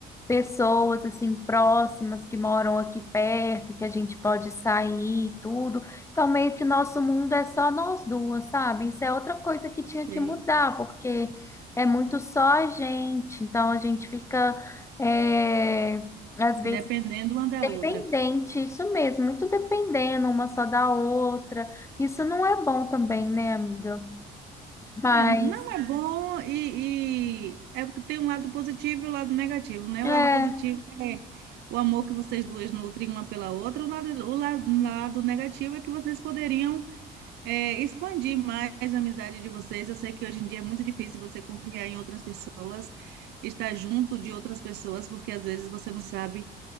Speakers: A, on the left (about 15°); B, on the right (about 80°).
A: pessoas, assim, próximas que moram aqui perto, que a gente pode sair e tudo. Então, meio que nosso mundo é só nós duas, sabe? Isso é outra coisa que tinha
B: Sei.
A: que mudar, porque é muito só a gente. Então, a gente fica, é, às vezes,
B: Dependendo uma da
A: dependente,
B: outra.
A: isso mesmo, muito dependendo uma só da outra. Isso não é bom também, né, amiga? Mas,
B: É, não é bom e, e é porque tem um lado positivo e o lado negativo, né?
A: é.
B: O lado positivo é o amor que vocês duas nutrem uma pela outra, o lado, o la- lado negativo é que vocês poderiam é, expandir mais a amizade de vocês. Eu sei que hoje em dia é muito difícil você confiar em outras pessoas, estar junto de outras pessoas, porque às vezes você não sabe